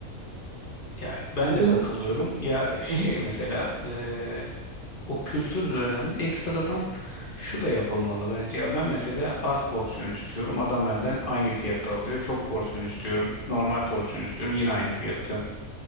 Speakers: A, on the left; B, on the right.
A: Ya ben
B: Bir
A: de
B: de
A: katılıyorum. Ya şey
B: Hı hı.
A: mesela e, o kültür de önemli. Ekstradan şu da yapılmalı bence. Ya ben mesela az porsiyon istiyorum. Adam benden aynı fiyatı alıyor. Çok porsiyon istiyorum. Normal porsiyon istiyorum. Yine aynı fiyatı